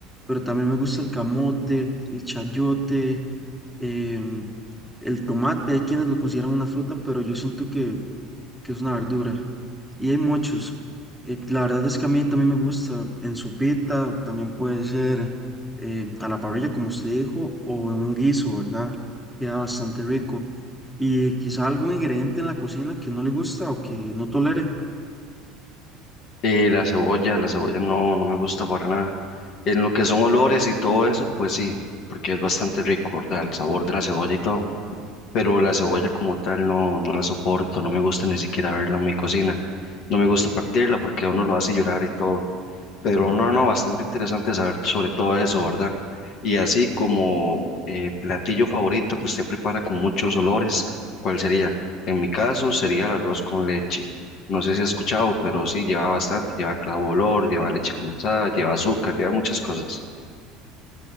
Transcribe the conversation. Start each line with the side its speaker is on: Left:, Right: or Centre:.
Centre: Pero también me gusta el camote, el chayote, em, el tomate. Hay quienes lo consideran una fruta, pero yo siento que, que es una verdura. Y hay muchos. Eh, la verdad es que a mí también me gusta en sopita, también puede ser em, a la parrilla, como usted dijo, o en un guiso, ¿verdad? Queda bastante rico. Y quizá algún ingrediente en la cocina que no le gusta o que no tolere.
Left: Eh, la cebolla, la cebolla no, no me gusta para nada. En lo que son olores y todo eso, pues sí, porque es bastante rico, ¿verdad? El sabor de la cebolla y todo. Pero la cebolla como tal no, no la soporto, no me gusta ni siquiera verla en mi cocina. No me gusta partirla porque a uno lo hace llorar y todo. Pero no, no, bastante interesante saber sobre todo eso, ¿verdad? Y así como eh, platillo favorito que usted prepara con muchos olores, ¿cuál sería? En mi caso sería el arroz con leche. No sé si ha escuchado, pero sí lleva bastante, lleva clavo de olor, lleva leche condensada, lleva azúcar, lleva muchas cosas.